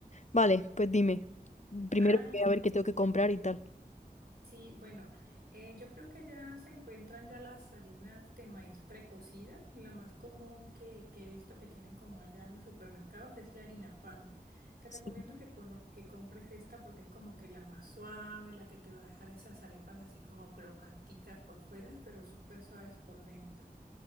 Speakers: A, on the left; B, on the right.
A: vale, pues dime. Primero
B: Ah, listo.
A: voy a ver qué tengo que comprar y tal.
B: Sí, bueno, eh, yo creo que ya se encuentran ya las harinas de maíz precocida. La más común que, que he visto que tienen como allá en los supermercados es la harina pan. Te recomiendo
A: Sí.
B: que, cono- que compres esta porque es como que la más suave, la que te va a dejar esas arepas así como crocanticas por fuera, pero súper suaves por dentro.